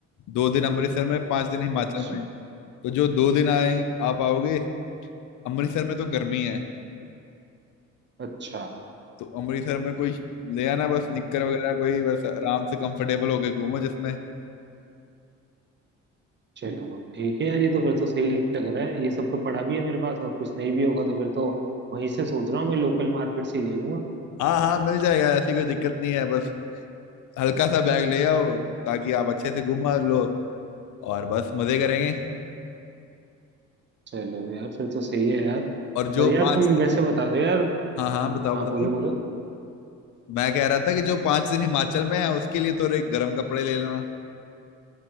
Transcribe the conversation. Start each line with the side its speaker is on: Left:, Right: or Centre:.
Left: दो दिन अमृतसर में पांच दिन हिमाचल
Right: अच्छा
Left: में तो जो दो दिन आए आप आओगे अमृतसर में तो गर्मी है
Right: अच्छा
Left: तो अमृतसर में कोई ले आना बस निक्कर वगैरह कोई बस आराम से कंफर्टेबल होके घूमो जिसमें
Right: चलो ठीक है यार ये तो फिर तो सही लग रहा है ये सब तो पड़ा भी है मेरे पास और कुछ नहीं भी होगा तो फिर तो वहीं से सोच रहा हूँ मैं लोकल मार्केट से ही ले लूंगा
Left: हाँ हाँ मिल जाएगा ऐसी कोई दिक्कत नहीं है बस हल्का सा बैग ले आओ ताकि आप अच्छे से घुमा लो और बस मजे करेंगे
Right: चलो यार फिर तो सही है यार
Left: और
Right: पर
Left: जो
Right: यार
Left: पाँच
Right: तुम
Left: दिन
Right: वैसे बता दो यार
Left: हाँ हाँ बताओ
Right: हाँ
Left: बताओ
Right: बोलो बोलो
Left: मैं कह रहा था कि जो पाँच दिन हिमाचल में है उसके लिए थोड़े गर्म कपड़े ले लेना